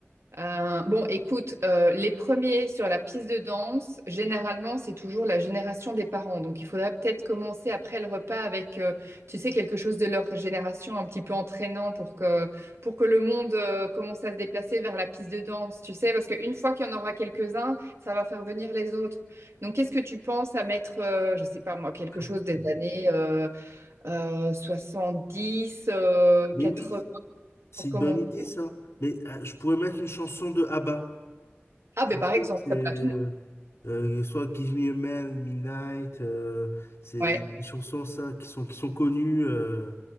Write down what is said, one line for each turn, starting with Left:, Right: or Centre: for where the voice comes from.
Right: Euh, bon, écoute, euh, les premiers sur la piste de danse, généralement, c'est toujours la génération des parents. Donc, il faudra peut-être commencer après le repas avec, euh, tu sais, quelque chose de leur génération un petit peu entraînant pour que, pour que le monde, euh, commence à se déplacer vers la piste de danse, tu sais, parce qu'une fois qu'il y en aura quelques-uns, ça va faire venir les autres. Donc, qu'est-ce que tu penses à mettre, euh, je sais pas moi, quelque
Left: Ah
Right: chose
Left: oui.
Right: des années euh, euh, 70, euh,
Left: Mais
Right: 80
Left: oui, c'est
Right: pour
Left: une
Right: commencer?
Left: bonne idée, ça. Mais euh, je pourrais mettre une chanson de ABBA.
Right: Ah,
Left: Je
Right: ben par
Left: sais
Right: exemple,
Left: que c'est
Right: ça
Left: euh,
Right: peut à tout le monde.
Left: euh, soit Give Me a Man, Midnight, euh, c'est
Right: Ouais,
Left: des chansons ça, qui sont, qui sont connues euh,